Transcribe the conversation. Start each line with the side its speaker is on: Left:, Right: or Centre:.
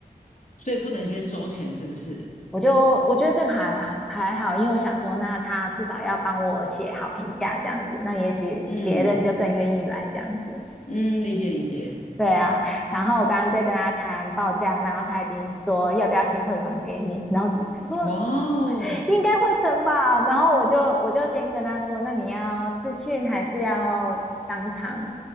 Left: 所以不能先收钱，是不是？
Centre: 我就我觉得这个还还好，因为我想说，那他至少要帮我写好评价这样子，那也许别人就更愿意来这样子。
Left: 嗯嗯，理解理解。
Centre: 对啊，然后我刚刚在跟他谈报价，然后他已经说要不要先汇款给你，然后我想说
Left: 哇哦，
Centre: 应该会成吧。然后我就我就先跟他说，那你要视讯还是要当场